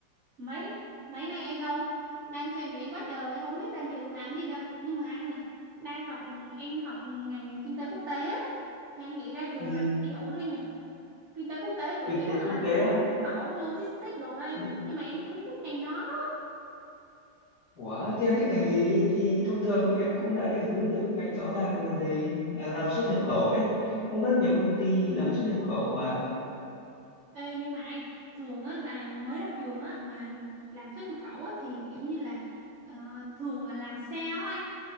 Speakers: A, on the right; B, on the left.
A: Mấy mấy nay em đâu Đang suy nghĩ quá trời Không biết ra trường làm gì đâu Nhưng mà anh này đang học em học ngành kinh tế quốc tế á, thì anh nghĩ ra trường
B: Ừ,
A: làm gì ổn anh nhỉ kinh tế quốc tế chủ
B: kinh
A: yếu
B: tế quốc
A: là
B: tế
A: về
B: á.
A: xuất khẩu logistics đồ đó anh
B: Thì
A: nhưng mà em không thích ngành đó
B: Ủa, thế em thích ngành gì? Thì thông thường em cũng đã định hướng được ngành rõ ràng rồi còn gì. Là làm xuất nhập khẩu ấy. Cũng rất nhiều công ty làm xuất nhập khẩu mà.
A: Ê, nhưng mà anh thường á, là mới ra trường á, mà làm xuất nhập khẩu á, thì kiểu như là ờ, thường là làm sale á anh